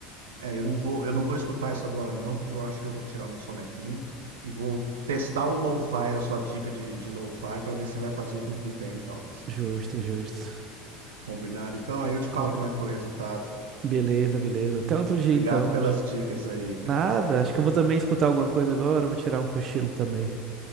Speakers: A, on the right; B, on the right.
A: É, eu não vou, eu não vou escutar isso agora não, porque eu acho que eu vou tirar uma sonequinha e vou testar o lo-fi, a sua dica de, de lo-fi, para ver se vai fazer eu dormir bem, então.
B: Justo, justo.
A: Combinado? Então, aí eu te falo
B: Come-
A: como é que foi o resultado.
B: Beleza, beleza. Até outro dia
A: Obrigado
B: então.
A: pelas dicas aí, cara.
B: Nada, acho que eu vou também escutar alguma coisa agora, eu vou tirar um cochilo também.